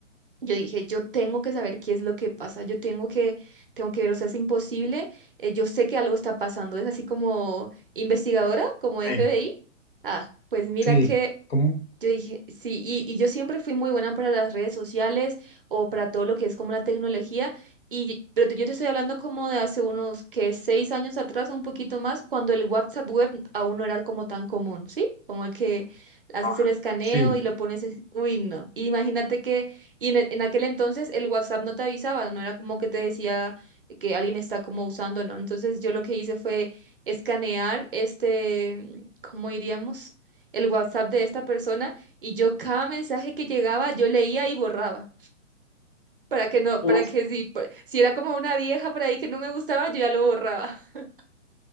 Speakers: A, on the right; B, on the left.
A: yo dije, yo tengo que saber qué es lo que pasa, yo tengo que, tengo que ver, o sea, es imposible. eh, yo sé que algo está pasando, es así como investigadora, como FBI.
B: Sí.
A: Ah, pues mira
B: Sí,
A: que
B: ¿cómo?
A: yo dije, sí, y, y yo siempre fui muy buena para las redes sociales o para todo lo que es como la tecnología, y, pero te- yo te estoy hablando como de hace unos que seis años atrás o un poquito más, cuando el WhatsApp web aún no era como tan común, ¿sí? Como el que haces
B: Ah,
A: el escaneo
B: sí.
A: y lo pones, es- uy, no. Y imagínate que, y en, e- en aquel entonces el WhatsApp no te avisaba, no era como que te decía que alguien está como usando, ¿no? Entonces yo lo que hice fue escanear este, ¿cómo diríamos? el WhatsApp de esta persona y yo cada mensaje que llegaba yo leía y borraba para que no,
B: Uf.
A: para que si, por- si era como una vieja por ahí que no me gustaba, yo ya lo borraba. <laughs>